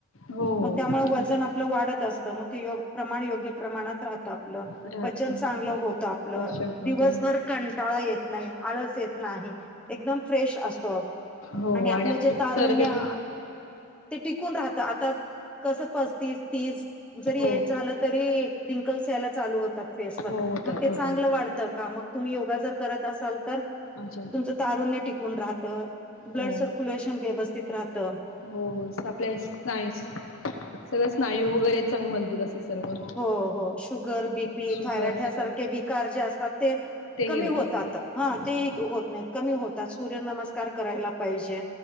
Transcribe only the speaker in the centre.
मग त्यामुळे वजन
आपलं वाढत असतं मग ते य प्रमाण योग्य प्रमाणात राहत. आपलं
पचन चांगलं होत आपलं
दिवसभर कंटाळा येत नाही. आळस येत नाही एकदम फ्रेश असतो.
आणि आपलं
जे तारुण्य
ते टिकून राहत आता कस पस्तीस तीस जरी
एज तरीही रिंकल्स यायला चालू होतात फेस वर
ते
चांगलं वाढ का मग तुम्ही योगा जर करत असाल तर
तुमचं तारुण्य टिकून राहत, ब्लड
सर्क्युलेशन व्यवस्थित राहत,
हो हो शुगर, बीपी,
थायरॉइड, ह्यासारखे
विकार जे असतात ते
कमी
होतात
हा
तेही होत नाहीत कमी होतात सूर्य नमस्कार करायला पाहिजे.